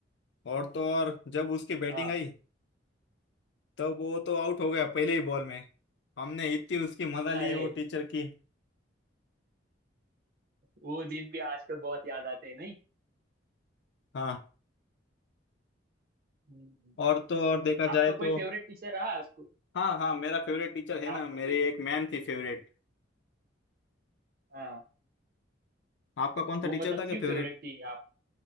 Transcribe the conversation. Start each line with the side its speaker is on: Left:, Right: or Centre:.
Left: और तो और जब उसकी बैटिंग
Right: हाँ
Left: आई तब वो तो आउट हो गया पहले ही बॉल में हमने इतनी उसकी मजा ली
Right: अरे
Left: वो टीचर की
Right: वो दिन भी आजकल बहुत याद आते हैं नहीं
Left: हाँ
Right: हम्म।
Left: और तो और देखा
Right: आपका आपका
Left: जाए
Right: कोई
Left: तो
Right: फेवरेट टीचर रहा स्कूल
Left: हाँ हाँ मेरा फेवरेट टीचर है ना
Right: आपका
Left: मेरी
Right: कोई
Left: एक मैम थी फेवरेट
Right: हाँ
Left: आपका कौन सा
Right: वो
Left: टीचर
Right: मतलब
Left: था क्या
Right: क्यों
Left: फेवरेट
Right: फेवरेट थी आप